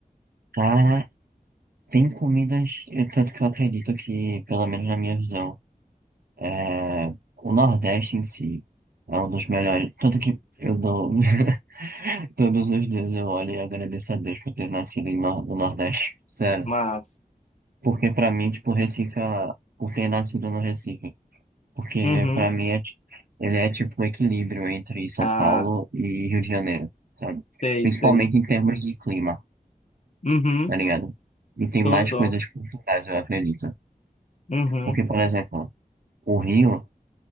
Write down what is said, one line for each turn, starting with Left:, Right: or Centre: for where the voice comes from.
Right: Cara, tem comidas, eu- tanto que eu acredito que, pelo menos na minha visão, É, o Nordeste em si é um dos melhores. Tanto que eu dou. <laughs> Todos os dias eu olho e agradeço a Deus por ter nascido em Nor- no Nordeste. <laughs> Sério.
Left: Mas,
Right: Porque pra mim, tipo, Recife, é- por ter nascido no Recife. Porque
Left: uhum,
Right: pra mim é, ti- ele é tipo um equilíbrio entre São
Left: ah,
Right: Paulo e Rio de Janeiro, sabe?
Left: sei,
Right: Principalmente
Left: sei.
Right: em termos de clima,
Left: Uhum.
Right: tá ligado? E tem
Left: Tô,
Right: mais
Left: tô.
Right: coisas culturais, eu acredito.
Left: Uhum.
Right: Porque, por exemplo, o Rio.